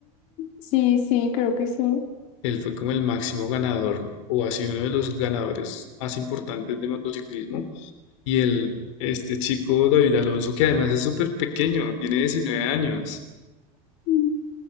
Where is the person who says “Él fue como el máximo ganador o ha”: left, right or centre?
Left